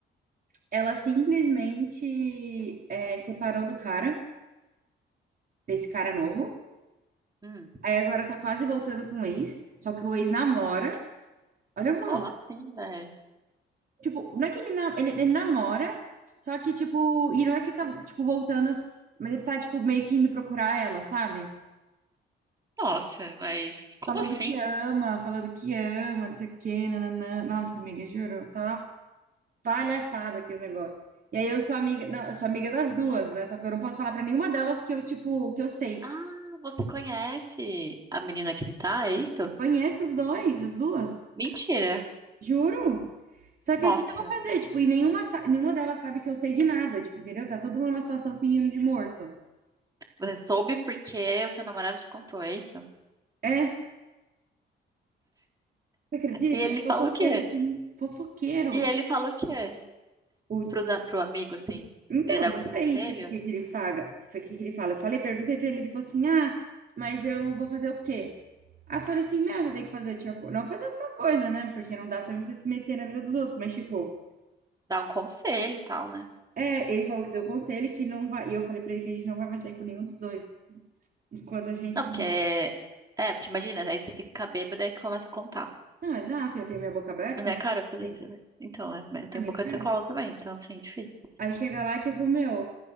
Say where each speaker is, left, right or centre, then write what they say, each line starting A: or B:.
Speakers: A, on the right; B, on the right.
A: ela simplesmente é, separou do cara, desse cara novo.
B: Hum,
A: Aí agora tá quase voltando com o ex, só que o ex namora. Olha o rolo.
B: como assim, velho?
A: Tipo, não é que ele, na- ele, ele namora, só que, tipo, e não é que tá, tipo, voltando, mas ele tá, tipo, meio que indo procurar ela, sabe?
B: Nossa, mas como
A: Falando
B: assim?
A: que ama, falando que ama, não sei o quê, nananã. Nossa, amiga, juro, tá palhaçada aquele negócio. E aí eu sou amiga, não, eu sou amiga das duas, né? Só que eu não posso falar pra nenhuma delas que eu, tipo, que eu sei.
B: Ah, você conhece a menina que ele tá, é isso?
A: Conheço os dois, as duas,
B: Mentira.
A: juro. Só
B: Nossa,
A: que aí o que que eu vou fazer? Tipo, e nenhuma, sa- nenhuma delas sabe que eu sei de nada, tipo, entendeu? Tá todo mundo numa situação fingindo de morto.
B: você soube porque o seu namorado te contou, é isso?
A: É, você acredita?
B: E ele
A: Fofoqueiro,
B: fala o quê?
A: de- fofoqueiro.
B: E ele fala o quê?
A: O,
B: Pros, a- pro amigo, assim?
A: Então,
B: Ele dá
A: eu
B: algum
A: não sei,
B: conselho?
A: tipo, o que que ele fala, o que que ele fala. Eu falei, perguntei pra ele, ele falou assim, ah, mas eu vou fazer o quê? Aí eu falei assim, meu, você tem que fazer, tipo, não fazer alguma coisa, né? Porque não dá também você se meter na vida dos outros, mas, tipo,
B: Dá um conselho e tal, né?
A: é, ele falou que deu conselho, que não vai, e eu falei pra ele que a gente não vai mais sair com nenhum dos dois, enquanto a gente
B: Não, porque...
A: não...
B: É, é, porque imagina, aí você fica bêbada e você começa a contar.
A: Não, exato, eu tenho minha boca aberta,
B: É minha
A: né?
B: cara
A: Tipo
B: fazer
A: assim,
B: isso, né? Então, é, mas eu tenho
A: na minha
B: boca
A: cara.
B: de sacola também, então, assim, é difícil.
A: Aí chega lá, tipo, meu,